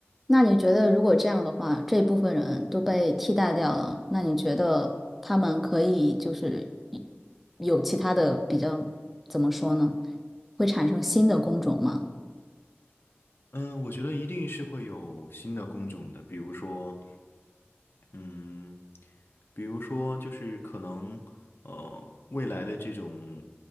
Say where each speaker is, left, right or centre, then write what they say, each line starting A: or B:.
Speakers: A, in the centre; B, on the left.
A: 那你觉得，如果这样的话，这部分人都被替代掉了，那你觉得他们可以就是一有其他的比较，怎么说呢？会产生新的工种吗？
B: 嗯，我觉得一定是会有新的工种的，比如说，嗯，比如说就是可能呃未来的这种